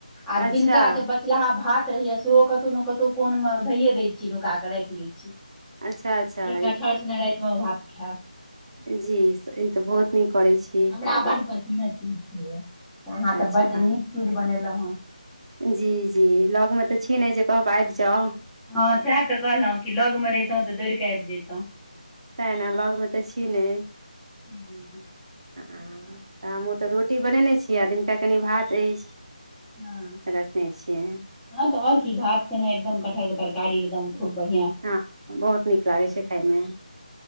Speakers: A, in the centre; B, on the right.
A: आ
B: अच्छा
A: दिनका जे बच लाहा भात रहैया सेहो कतौ न कतौ कोन मे धैये दय छी नुका के राखि लै छी।
B: अच्छा अच्छा
A: एकठा ठैर सने राति मे ओ भात खैयब।
B: जी ई तऽ बहुत नीक करै छी
A: हमरा बढ पसीना चुबय यै। त अहाँ
B: अच्छा
A: त बड नीक चीज बनेलहुँ हेँ।
B: जी जी लग मे त छी नय जे कहब आबि जाउ।
A: हँ सएह तऽ कहलहुँ कि लग मे रहितहुँ तऽ दौड़ कऽ आबि जैतौंह
B: तै ना लगमे तऽ छी नय
A: हूं
B: आ हमहू तऽ रोटी बनेने छी आ दिनका कनि भात अछि।
A: हं
B: रखने छियै
A: हँ तऽ और की भात सने एकदम कटहर के तरकारी एकदम खूब बढ़ियां।
B: हँ बहुत नीक लागैय छै खायमे।